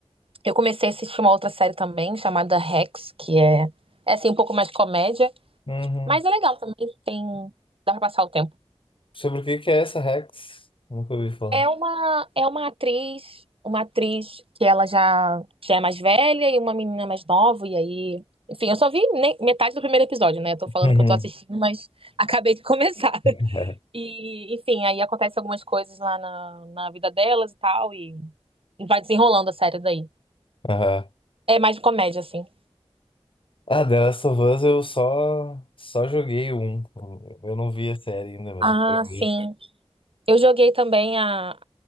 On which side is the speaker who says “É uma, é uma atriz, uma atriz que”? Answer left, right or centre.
Right